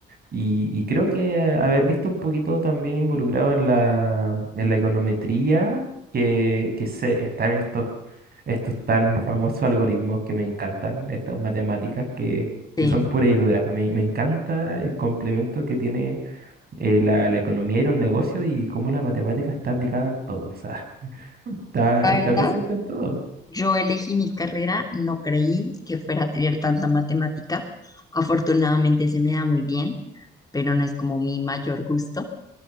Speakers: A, on the right; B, on the left.
A: Y, y creo que haber visto un poquito también involucrado en la, en la econometría que, que se, están estos, estos tan famosos algoritmos que me encantan, estas matemáticas que,
B: sí.
A: que son puras y duras. Me, me encanta el complemento que tiene eh, la, la economía y los negocios y cómo la matemática está aplicada en todo, o sea, <laughs> está,
B: La
A: está
B: verdad.
A: presente en todo.
B: Yo elegí mi carrera, no creí que fuera a tener tanta matemática. Afortunadamente se me da muy bien, pero no es como mi mayor gusto.